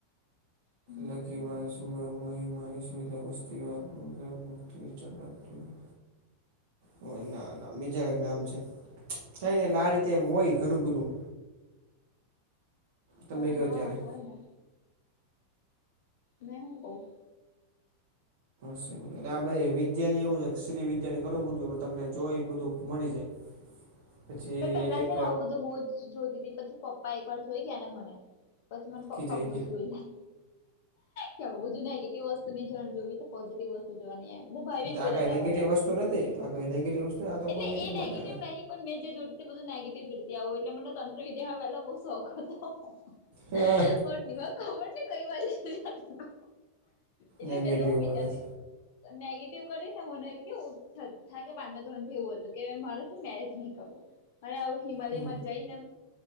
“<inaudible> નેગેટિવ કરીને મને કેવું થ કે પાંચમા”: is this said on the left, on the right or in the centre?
Left